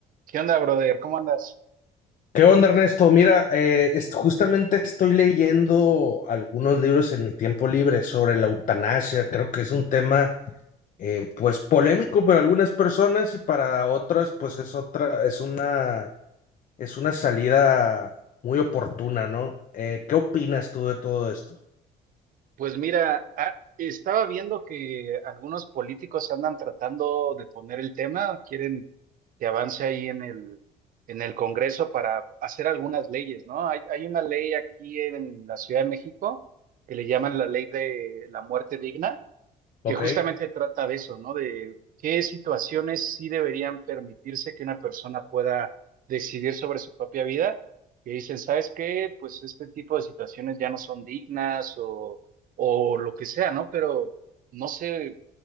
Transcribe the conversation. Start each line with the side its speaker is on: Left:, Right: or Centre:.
Right: ¿Qué onda, brother? ¿Cómo andas?
Left: ¿Qué onda, Ernesto? Mira, eh, est- justamente estoy leyendo algunos libros en mi tiempo libre sobre la eutanasia. Creo que es un tema, eh, pues, polémico para algunas personas y para otras, pues, es otra, es una, es una salida muy oportuna, ¿no? Eh, ¿qué opinas tú de todo esto?
Right: Pues mira, ah, estaba viendo que algunos políticos andan tratando de poner el tema, quieren que avance ahí en el, en el Congreso para hacer algunas leyes, ¿no? Hay, hay una ley aquí en la Ciudad de México que le llaman la ley de la muerte digna
Left: ¿Ok?
Right: que justamente trata de eso, ¿no? De qué situaciones sí deberían permitirse que una persona pueda decidir sobre su propia vida, que dicen, ¿sabes qué? Pues este tipo de situaciones ya no son dignas o, o lo que sea, ¿no? Pero no sé,